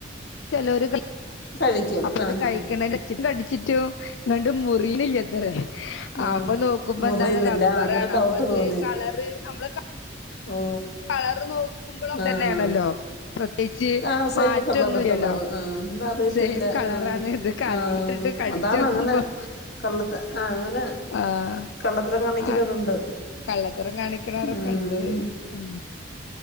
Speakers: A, on the left; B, on the left.
A: ചെലോല് <unintelligible>
B: കഴിക്കും
A: അപ്പൊ
B: ആഹാ
A: അത് കഴിക്ക്ണേന്റെ ചിട്ടും കടിച്ചിട്ടും ഇങ്ങണ്ട് മുറീണില്ലത്
B: ആഹ്
A: ആപ്പം നോക്കുമ്പ
B: മുറിയുന്നില്ല
A: എന്താണ് റബ്ബറാണ്
B: അന്നേരം ഡൗട്ട്
A: അപ്പൊ ഇത്
B: തോന്നി
A: കളർ അമ്മള
B: ഓ
A: കളർ നോക്കുമ്പളൊക്കെന്നേണല്ലൊ
B: ആഹ്
A: പ്രത്യേകിച്ച്
B: ആ
A: മാറ്റൊന്നു
B: സെയിം കളറ്
A: ഇല്ലല്ലോ.
B: കളറ്
A: അപ്പ
B: ആഹ് അത് അറിയത്തില്ല
A: സെയിം കളറാണ്
B: ആഹ്
A: ഇത് കറീലിട്ടിത്ത്രിട്ട്
B: ആഹ്
A: കടിച്ചോക്കുമ്പം
B: അതാണ് അങ്ങനെ കള്ളത്ത ആ അങ്ങനെ
A: ആഹ്
B: കള്ളത്തരം കാണിക്കുന്നവരുണ്ട്
A: ആഹ് കള്ളത്തറം കാണിക്ക്ണോറൊക്കെ
B: ഉം
A: ഇണ്ട് ഉം